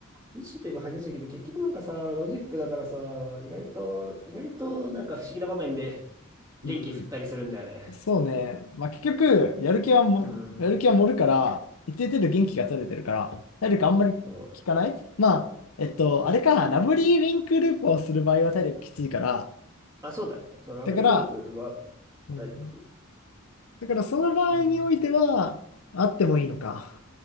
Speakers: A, on the right; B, on the left.
A: 激しいといえば激しいけど、結局なんかさ、ロジックだからさ、意外と、意外となんか不思議な場面で元気振ったりするんだよね。
B: うん、そうね。まあ結局、やる気はも、
A: うん。
B: やる気は盛るから、一定程度元気が取れてるから、体力あんまり効かないまあ、
A: そう
B: えっと、あれか、ラブリーウィンクループをする場合は体力きついから、
A: あ、そうだね。そう、ラブリーウィンクは
B: だから、うん
A: 体力、
B: だからその場合においては、
A: そんなもん。
B: あってもいいのか。